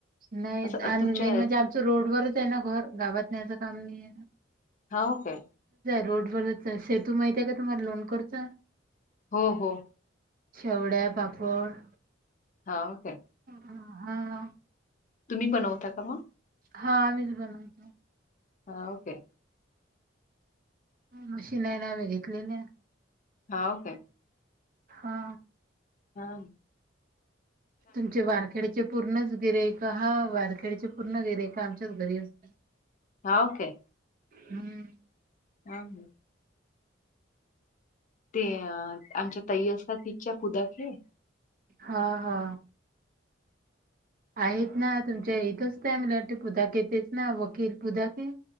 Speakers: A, on the right (about 50°); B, on the left (about 40°).
A: नाही
B: असं
A: आणि
B: तुमच्या
A: मेन म्हणजे आमचं रोडवरच आहे ना घर गावात न्यायचं काम नाही आहे ना
B: हा ओ काे
A: रोड वरच सेतू माहित आहे का तुम्हाला लोन करचा?
B: हो हो.
A: शेवड्या पापड
B: हा ओके.
A: हा हा.
B: तुम्ही बनवता का मग
A: हा आम्हीच बनवतो.
B: हा ओके
A: मशीन आहे ना आम्ही घेतलेल्या
B: हां, ओके.
A: हा
B: हा
A: तुमचे वारखेडचे पूर्णच गिरेक हा वारखेडीच्या पूर्ण गिराईक आमच्याच घरी असतात
B: हा ओके
A: हम्म
B: हम ते आमच्या ताई असतात तीच्या पुढातले
A: हा हा आहेत ना तुमच्या इथच त्या का मला वाट पुधाक येतच ना वकील पुधाके